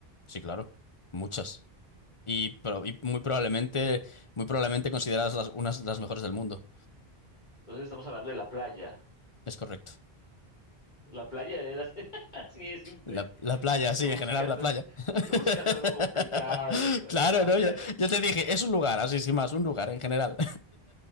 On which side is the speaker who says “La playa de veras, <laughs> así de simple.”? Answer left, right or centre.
Left